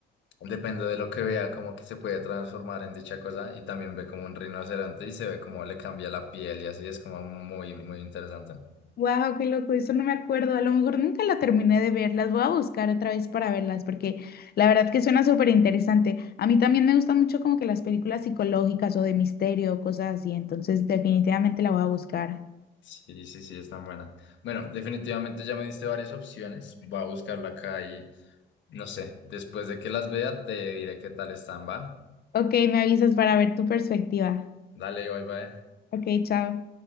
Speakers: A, on the left (about 70°); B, on the left (about 50°).
A: depende de lo que vea, como que se puede transformar en dicha cosa y también ve como un rinoceronte y se ve como le cambia la piel y así es como muy, muy interesante.
B: Wow, qué loco, eso no me acuerdo. A lo mejor nunca la terminé de ver. Las voy a buscar otra vez para verlas, porque la verdad que suena súper interesante. A mí también me gustan mucho como que las películas psicológicas o de misterio, cosas así. Entonces, definitivamente la voy a buscar.
A: Sí, sí, sí, es tan buena. Bueno, definitivamente ya me diste varias opciones. Voy a buscarla acá y no sé, después de que las vea te diré qué tal están, ¿va?
B: Ok, me avisas para ver tu perspectiva.
A: Dale, bye bye.
B: Ok, chao.